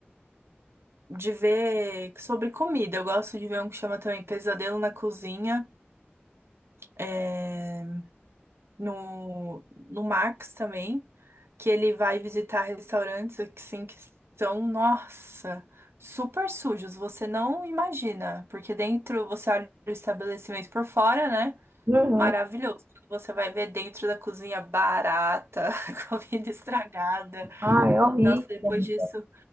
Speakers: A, on the right (about 85°); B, on the right (about 60°).
A: de ver sobre comida. Eu gosto de ver um que chama também Pesadelo na Cozinha, é, no, no Max também. que ele vai visitar restaurantes assim que são, nossa, super sujos, você não imagina, porque dentro você olha o estabelecimento por fora, né?
B: Uhum.
A: Maravilhoso. Quando Você vai ver dentro da cozinha barata, <laughs> comida estragada.
B: Ah, é horrível.
A: Nossa, depois disso,